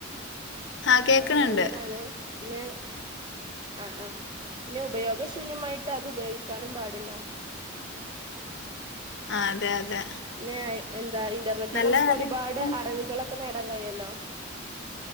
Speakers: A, on the left (about 55°); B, on the right (about 20°).
A: ആഹ കേക്കണണ്ട്
B: ആഹ് നല്ലതാണ് പിന്നെ ആ ആ പിന്നെ ഉപയോഗശൂന്യമായിട്ട് അത് ഉപയോഗിക്കാനും പാടില്ല
A: ആ അതെ അതെ
B: പിന്നെ എന്ത ഇന്റർനെറ്റോ
A: നല്ല
B: നമുക്ക്
A: കാര്യങ്ങൾക്കും
B: ഒരുപാട് അറിവുകളൾ നേടാൻ കഴിയാലോ